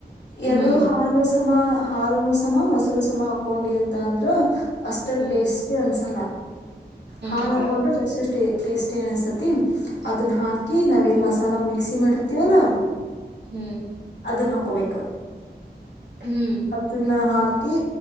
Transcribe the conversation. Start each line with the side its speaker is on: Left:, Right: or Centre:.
Left: ಎರಡೂ
Right: ಹ್ಮ್
Left: ಹಾಲು ಸಮ ಹಾಲುನೂ ಸ ಸಮ ಮೊಸರು ಸಮ ಹಾಕೊಂಡಿ ಅಂತ ಅಂದ್ರ ಅಷ್ಟ
Right: ಹ್ಮ್
Left: ಟೇಸ್ಟಿ ಅನ್ಸಲ್ಲ ಹಾಲ್
Right: ಹ್ಮ್
Left: ಹಾಕೊಂಡ್ರ ಜಾಸ್ತಿಷ್ಟ ಟೇಸ್ಟಿ ಅನ್ಸತ್ತ್ ತಿ ಅದನ್ಹಾ ಕೀ ನಾವೇನ್ ಮಸಾಲ ಮಿಕ್ಸಿ ಮಾಡಿರ್ತೀವಲ್ಲ
Right: ಹ್ಮ್
Left: ಅದನ್ನ ಹ ಕ್ಕೋಬೇಕ್
Right: ಹ್ಮ್
Left: ಅದನ್ನ ಹಾ ಕಿ